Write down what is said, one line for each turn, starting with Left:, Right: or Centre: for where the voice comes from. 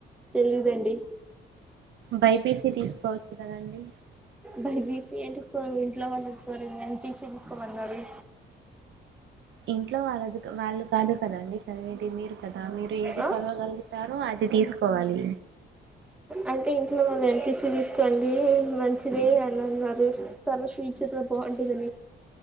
Centre: తెలిదాండి
Right: బైపీసీ తీసుకోవచ్చు కదాండి
Centre: బై బీసీ ఏంటకో ఇంట్లో వాళ్ళ కోర అని పీసీ తీసుకోమన్నారు
Right: ఇంట్లో వాళ్ళ వాళ్ళు కాదు కదండి చదివేది మీరు కదా మీరు ఏది
Centre: ఆ
Right: చదవగలుగుతారో అది తీసుకోవాలి
Centre: అంటే ఇంట్లో వాళ్ళు ఎంపిసి తీసుకోండి మంచిది అని అన్నారు తర్వాత ఫూ చెత బావుంటదని